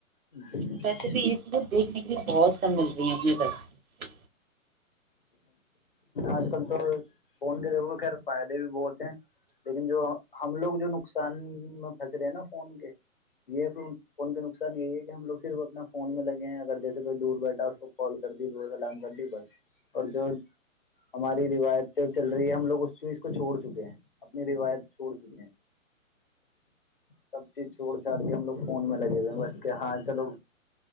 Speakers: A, on the left (about 40°); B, on the right (about 80°).
A: جی
B: تو
A: جی
B: ویسے بھی یہ ب <inaudible> بہت کم مل رہی ہیں اپنی تک
A: آج کل تو فون کے دیکھو خیر فائدے بھی بہت ہیں لیکن جو ہم لوگ جو نقصان میں پھنس رہے ہیں نا فون کے یہ پ فون کے نقصان یہی ہے کہ ہم لوگ صرف اپنا فون میں لگے ہیں اگر جیسے کوئی دور بیٹھا اس کو کال کر دی دورلام کر لی بس اور جو ہماری روایت سے چل رہی ہے ہم لوگ اس چیز کو چھوڑ چکے ہیں اپنی روایت چھوڑ چکے ہیں سب چیز چھوڑ چھاڑ کے ہم لوگ فون میں لگے ہوئے ہیں بس کہ ہاں چلو